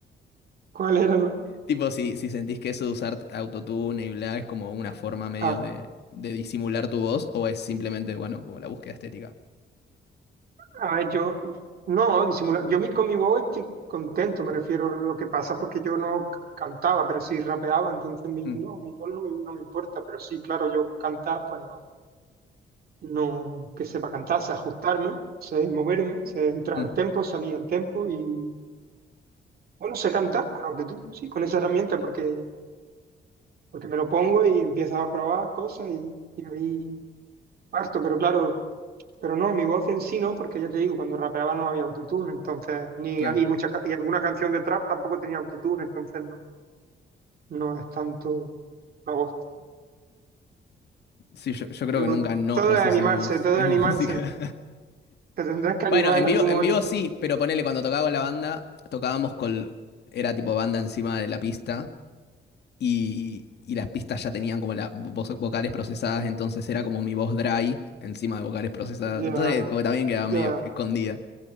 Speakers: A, on the right; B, on the left.
A: ¿Cuál era la...?
B: Tipo, si, si sentís que eso de usar autotune y bla es como una forma medio
A: Ah,
B: de, de disimular tu voz, o es simplemente, bueno, como la búsqueda estética.
A: A ver, yo, no, disimular, yo mi- con mi voz estoy contento, me refiero a lo que pasa, porque yo no c- cantaba, pero sí rapeaba, entonces mi,
B: Mm,
A: no, mi voz no me, no me importa, pero sí, claro, yo cantar, pues no, no que sepa cantar, sé ajustarme, sé moverme, sé entrar
B: mm,
A: al tempo, salir al tempo y, bueno, sé cantar con autotune, sí, con esa herramienta, porque, porque me lo pongo y empiezo a probar cosas y, y ahí parto, pero claro, Pero no, mi voz en sí no, porque ya te digo, cuando rapeaba no había autotune, entonces, ni
B: claro.
A: y muchas ca- y alguna canción de trap tampoco tenía autotune, entonces no, no es tanto la voz.
B: Sí, yo, yo creo
A: Pero
B: que nunca no
A: todo
B: procesé
A: es animarse,
B: mi voz
A: todo
B: en
A: es animarse.
B: mi <laughs> música.
A: Te tendrás que
B: Bueno,
A: animar
B: en
A: en
B: vivo,
A: algún
B: en
A: momento.
B: vivo sí, pero ponele, cuando tocaba con la banda, tocábamos con. Era tipo banda encima de la pista y, y las pistas ya tenían como las vocales procesadas, entonces era como mi voz dry encima de vocales procesadas.
A: Ya,
B: Entonces, como que también quedaba
A: ya,
B: medio escondida.